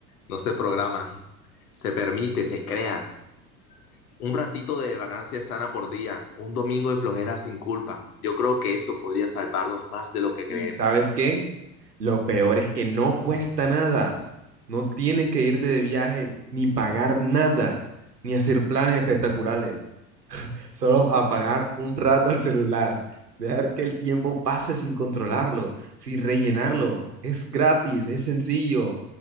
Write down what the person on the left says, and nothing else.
no se programa, <laughs> se permite, se crea. Un ratito de vacancia sana por día, un domingo de flojera sin culpa. Yo creo que eso podría salvarnos más de lo que creemos.